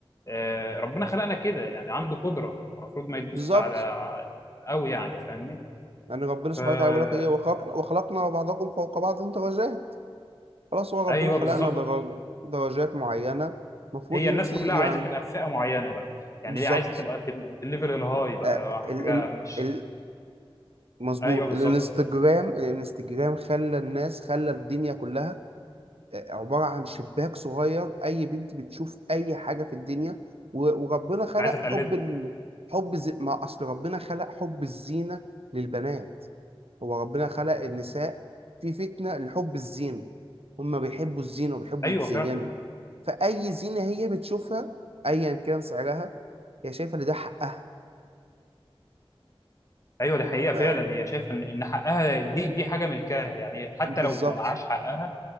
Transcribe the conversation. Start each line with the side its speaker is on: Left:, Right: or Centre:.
Left: آه، ربنا خلقنا كده يعني عنده قدره المفروض ما يدوس
Right: بالظبط
Left: على قوي يعني فاهمني
Right: يعني ربنا
Left: فا
Right: سبحانه وتعالى بيقول لك إيه وخلقنا وخلقنا بعضكم فوق بعض درجات خلاص هو ربنا
Left: ايوه
Right: خلقنا
Left: بالظبط
Right: درج درجات معينة المفروض
Left: هي
Right: أنت
Left: الناس كلها
Right: يعني
Left: عايزه تبقى في فئه معينه بقى يعني
Right: بالظبط
Left: ليه عايزه تبقى في ال- في الليفل الهاي بقى
Right: آه ال
Left: حاجه
Right: ال
Left: مش
Right: ال- مظبوط
Left: ايوه بالظبط
Right: الانستجرام الانستجرام خلى الناس خلى الدنيا كلها آه، عبارة عن شباك صغير أي بنت بتشوف أي حاجة في الدنيا و- وربنا خلق
Left: عايزه تقلد
Right: حب ال... حب ز... ما أصل ربنا خلق حب الزينة للبنات هو ربنا خلق النساء في فتنة لحب الزينة هما بيحبوا الزينة وبيحبوا
Left: ايوه
Right: يتزينوا
Left: فعلا
Right: فأي زينة هي بتشوفها أيا كان سعرها هي شايفة إن ده حقها
Left: ايوه دي حقيقه
Right: ف...
Left: فعلا هي شايفه ان ان حقها دي دي حاجه ملكها يعني حتى
Right: بالظبط
Left: لو ما معهاش حقها